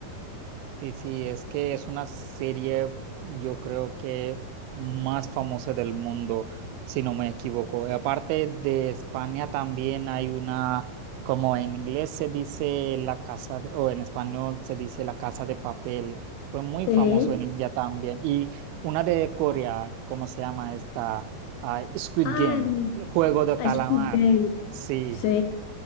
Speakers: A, on the right; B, on the left.
A: Sí, sí, es que es una serie, yo creo que más famosa del mundo, si no me equivoco. Y Aparte de España también hay una, como en inglés se dice la casa, de- o en español se dice la casa de papel. Fue muy
B: Sí.
A: famoso en India también. Y una de Corea, ¿cómo se llama esta? Ah, Squid
B: Ah,
A: Game,
B: em,
A: el juego de calamar.
B: a Squid Game.
A: Sí.
B: Sí.